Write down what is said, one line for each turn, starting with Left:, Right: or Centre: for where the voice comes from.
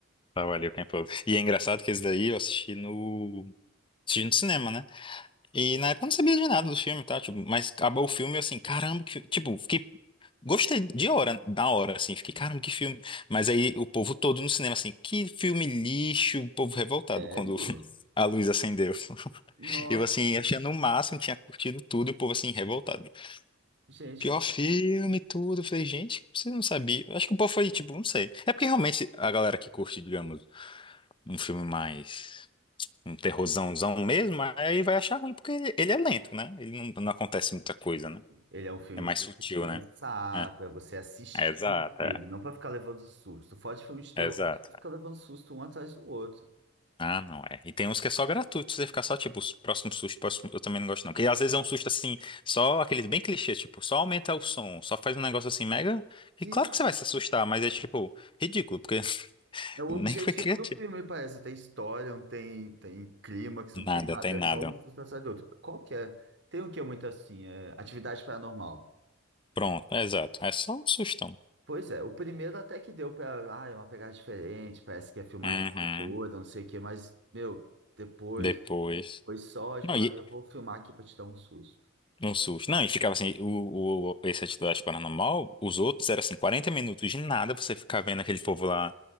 Left: Trabalhei o tempo todo. E é engraçado que esse daí eu assisti no, assisti no cinema, né? E na época eu não sabia de nada do filme, tá? Tipo, mas acabou o filme eu assim, caramba, que, fi- tipo, fiquei. Gostei de hora, da hora, assim, fiquei, caramba, que filme. Mas aí o povo todo no cinema, assim, que filme lixo, o povo revoltado
Right: Sério?
Left: quando <laughs> a luz acendeu.
Right: Nossa,
Left: Eu, assim, achando o máximo, tinha curtido tudo, e o povo, assim, revoltado.
Right: gente,
Left: Pior
Right: como-
Left: filme, tudo. Eu Falei, gente, você não sabia. Eu Acho que o povo foi, tipo, não sei. É porque realmente a galera que curte, digamos, um filme mais. um terrorzãozão mesmo, aí vai achar ruim, porque ele, ele é lento, né? Ele não, não acontece muita coisa, né?
Right: ele é um filme
Left: É mais sutil,
Right: para
Left: né?
Right: pensar,
Left: É,
Right: para você assistir
Left: é exato,
Right: o filme,
Left: é,
Right: não para ficar levando susto. Fora de filme de terror,
Left: é exato.
Right: tu fica levando susto um atrás do outro.
Left: Ah, não é. E tem uns que é só gratuito, você ficar só, tipo, os próximos sustos, próximo, eu também não gosto, não. Porque às vezes é um susto assim, só aqueles bem clichês, tipo, só aumenta o som, só faz um negócio assim mega.
Right: Sim,
Left: E claro que você vai se assustar, mas é tipo, ridículo, porque <laughs>
Right: É o objetivo
Left: nem foi criativo.
Right: do filme, parece. Não Tem história, não tem, tem clímax, não
Left: Nada,
Right: tem nada.
Left: tem nada.
Right: É só um susto atrás do outro. Qual que é? Tem um que é muito assim, é atividade paranormal.
Left: Pronto, é exato. É só um sustão.
Right: Pois é, o primeiro até que deu pra. Ah, é uma pegada diferente, parece que é filmagem
Left: Uhum.
Right: amadora, não sei o quê, mas, meu, depois
Left: Depois.
Right: foi só, tipo,
Left: Não,
Right: ah,
Left: e
Right: eu vou filmar aqui pra te dar um susto.
Left: Um susto. Não, e ficava assim, o, o, esse atividade paranormal, os outros eram assim, 40 minutos de nada, você ficava vendo aquele povo lá,